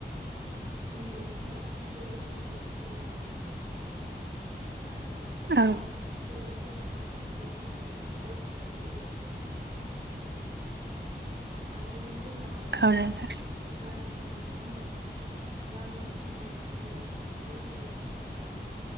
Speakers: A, on the right; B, on the right.
A: उन्दैफोरा गेदेरफोरखौ खुलुमो। आरो
B: औ।
A: गेदेरफोरा उन्दैफोरखौ बोर सारस्रियो। आरो बेनि उनाव
B: औ नोंथां
A: गामिनि सें गामिनि सेंग्रा सिख्ला गथ' गथायफोरा